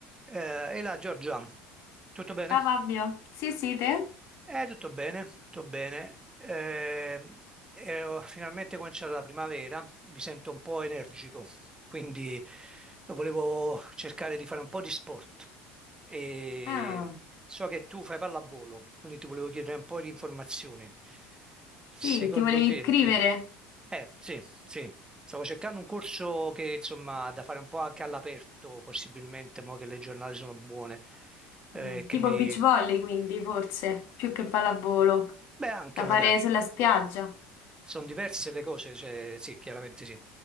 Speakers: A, on the right (about 15°); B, on the left (about 65°).
A: Eh, e là, Giorgia, tutto bene?
B: Ciao Fabio, sì sì te?
A: Eh, tutto bene, tutto bene. Eh, e ho finalmente cominciato la primavera, mi sento un po' energico, quindi volevo cercare di fare un po' di sport. E
B: Ah,
A: so che tu fai pallavolo, quindi ti volevo chiedere un po' di informazioni. Secondo
B: sì, ti volevi
A: te,
B: iscrivere?
A: sì. Eh, sì, sì. Stavo cercando un corso che, insomma, da fare un po' anche all'aperto, possibilmente, mo che le giornate sono buone, eh,
B: Mm,
A: che
B: Tipo
A: mi...
B: beach volley quindi forse, più che pallavolo,
A: Beh, anche
B: da
A: magari.
B: fare sulla spiaggia.
A: Sono diverse le cose, cioè, sì, chiaramente sì.